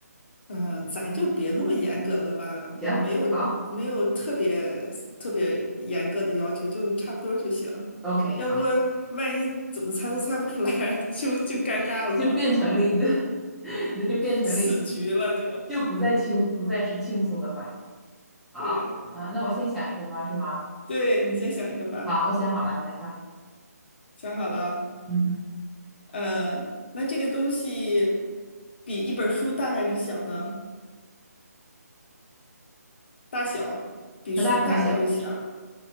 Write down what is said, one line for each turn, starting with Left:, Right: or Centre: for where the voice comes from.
Left: 嗯、咱就别那么严格了吧，
Centre: 行，
Left: 没有没有特别特别严格的要求，
Centre: 好
Left: 就差不多儿就行，
Centre: ，OK，
Left: 要不
Centre: 好，
Left: 万一怎么猜都猜不出来，<laughs> 就就尴尬了，
Centre: <laughs> 就变成了一个，<laughs> 那就变成了一，
Left: 死局了就，
Centre: 个，就不再轻，不再是轻松的话题。好，
Left: 对。
Centre: 嗯、那我先想一个吗？是吗？
Left: 对，你先想一个吧，
Centre: 好，我想好了，你来吧。
Left: 想好了啊。
Centre: 嗯哼，
Left: 呃，那这个东西比一本书大还是小呢？大小比书大还是小？
Centre: 可大可小，